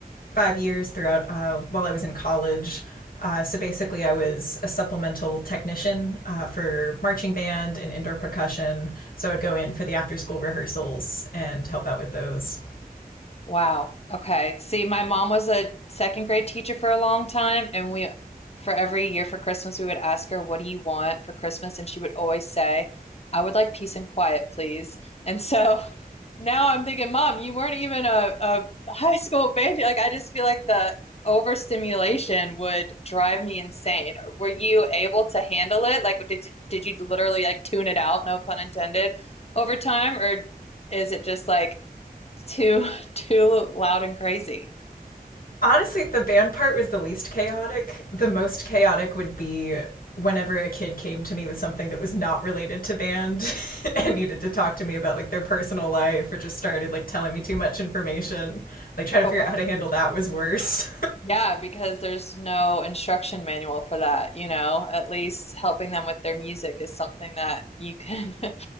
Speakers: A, on the left; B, on the left.
A: five years throughout uh, while I was in college. Uh, so basically, I was a supplemental technician uh, for marching band and indoor percussion. So I'd go in for the after school rehearsals and help out with those.
B: Wow. Okay. See, my mom was a second grade teacher for a long time, and we, for every year for Christmas, we would ask her, What do you want for Christmas? And she would always say, I would like peace and quiet, please. And so <laughs> now I'm thinking, Mom, you weren't even a, a high school band. Like, I just feel like the overstimulation would drive me insane. Were you able to handle it? Like, did you, did you literally like tune it out, no pun intended, over time, or is it just like, too <laughs> too loud and crazy.
A: Honestly, the band part was the least chaotic. The most chaotic would be whenever a kid came to me with something that was not related to band <laughs> and needed to talk to me about like their personal life or just started like telling me too much information. Like trying
B: Sure.
A: to figure out how to handle that was worse.
B: Yeah, because there's no instruction manual for that, you know. At least helping them with their music is something that you can <laughs>